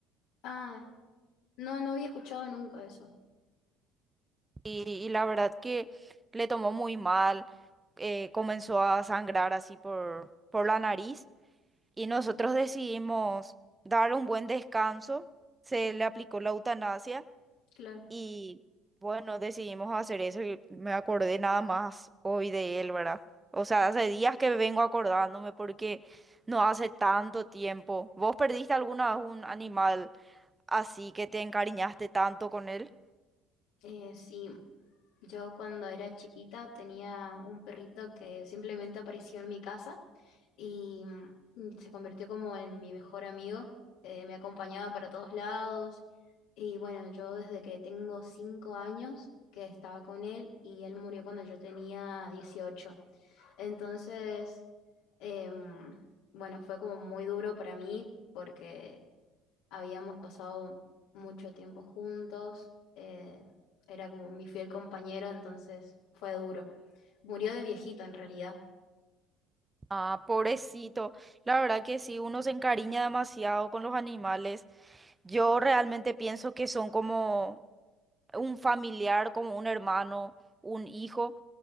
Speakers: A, on the left; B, on the right.
A: Ah, no, no había escuchado nunca eso.
B: y, y la verdad que le tomó muy mal, eh, comenzó a sangrar así por, por la nariz y nosotros decidimos dar un buen descanso, se le aplicó la eutanasia
A: Claro.
B: y bueno, decidimos hacer eso y me acordé nada más hoy de él, ¿verdad? O sea, hace días que vengo acordándome porque no hace tanto tiempo. ¿Vos perdiste alguna vez un animal así que te encariñaste tanto con él?
A: Eh, sí, Yo cuando era chiquita tenía un perrito que simplemente apareció en mi casa y mm, se convirtió como en mi mejor amigo. Eh, me acompañaba para todos lados y bueno, yo desde que tengo cinco años que estaba con él y él murió cuando yo tenía dieciocho Entonces, em, bueno, fue como muy duro para mí porque habíamos pasado mucho tiempo juntos, eh, era como mi fiel compañero, entonces fue duro. Murió de viejito en realidad.
B: Ah, pobrecito. La verdad que sí, uno se encariña demasiado con los animales. Yo realmente pienso que son como un familiar, como un hermano, un hijo.